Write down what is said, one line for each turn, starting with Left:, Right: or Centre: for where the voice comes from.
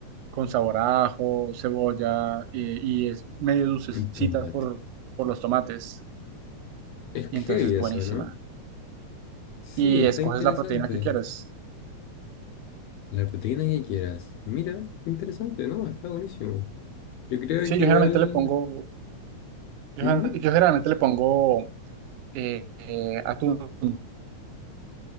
Right: con sabor a ajo, cebolla eh, y es medio dulcecita
Left: Un Tomate.
Right: por, por los tomates
Left: Es
Right: y entonces
Left: heavy
Right: es
Left: eso,
Right: buenísima.
Left: ¿no? Sí,
Right: Y
Left: está
Right: escoges
Left: interesante.
Right: la proteína que quieras.
Left: La proteína que quieras. Mira, qué interesante, ¿no? Está buenísimo. Yo creo
Right: Sí,
Left: que
Right: yo generalmente
Left: igual...
Right: le pongo, yo,
Left: ujú.
Right: gen- yo generalmente le pongo eh, eh, atún.